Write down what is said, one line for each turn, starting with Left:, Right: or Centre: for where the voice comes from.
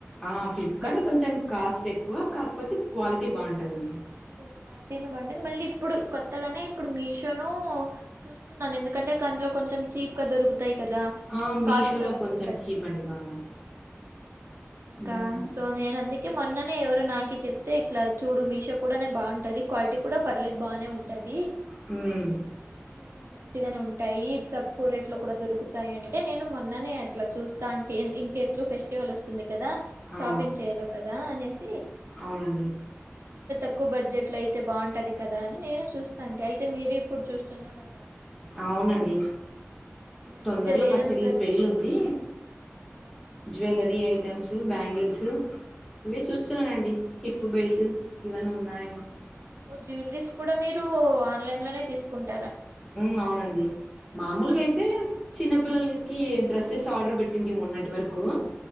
Centre: ఆ ఫ్లిప్కార్ట్
Right: బట్
Centre: లో కొంచం కాస్ట్ ఎక్కువ కాకపోతే క్వాలిటీ బాగుంటదండి
Right: క్వాలిటీని బట్టి మళ్ళీ ఇప్పుడు కొత్తగనే ఇప్పుడు మీషోను చూస్తున్నాను ఎందుకంటే కండ్లు కొంచం చీప్ గా దొరుకుతయి గదా ప్ల్చ్
Centre: ఆ మీషోలో
Right: కాస్ట్ తక్కువ
Centre: కొంచెం
Right: ఉంటది
Centre: చీప్ అండి బాగా. హ్మ్.
Right: కా సో నేను అందుకే మొన్ననే ఎవరో నాకే చెప్తే ఇట్లా చూడు మీషో కూడనే బాగుంటది క్వాలిటీ కూడా పర్లేదు బానే ఉంటది
Centre: హ్మ్
Right: చూడు మంచిగనే ఉంటాయి తక్కువ రేట్ లో కూడా దొరుకుతాయి అంటే నేను మొన్ననే అట్ల చూస్ ఇంకా అంటే ఇంకెట్లు ఫెస్టివల్ వస్తుంది గ దా షాపింగ్
Centre: ఆ!
Right: చేయాల గదా అనేస్
Centre: అవునండి
Right: ఎక్కువ బడ్జెట్లు అయితే బాగుంటది గదా అని నేనే చూస్తాంటే అయితే మీరు ఇప్పుడు చూస్తున్నారు
Centre: అవునండి
Right: మరి
Centre: తొందరలో
Right: ఇది ఏదైనా
Centre: మా చెల్లి
Right: దొరి
Centre: పెళ్ళి ఉంది
Right: అవునా
Centre: జువెల్లరీ
Right: ఉమ్.
Centre: ఐటమ్స్ బ్యాంగిల్స్ ఇవే చూస్తున్నానండి హిప్ బెల్ట్ ఇవన్నీ ఉన్నాయె
Right: జ్యువ్లెరీస్ కూడా మీరు ఆన్లైన్ లోనే తీసుకుంట
Centre: ఉం అవునండి మామూలుగయితే
Right: ఆ.
Centre: చిన్నపిల్లల్కి డ్రెస్సెస్ ఆర్డర్ పెట్టింటి మొన్నటి వరకూ